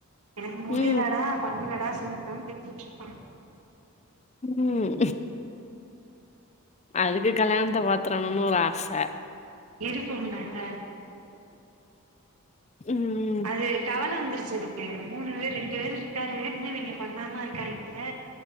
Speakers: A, on the right (about 85°); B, on the left (about 30°).
A: எனக்கு முடியலடா
B: ம்
A: பண்ணு என்னடா சொல்லு டா பேசிட்டு இருக்கான்
B: உம் அதுக்கு கல்யாணத்தை பாத்துரணும்னு ஒரு ஆசை
A: இருப்போங்கஹ
B: ம்
A: அது கவலை வந்துருச்சு பசங்க மூணு பேர் ரெண்டு பேர் என்னவிங்க பண்ணாம இருக்கா இருக்காய்ங்க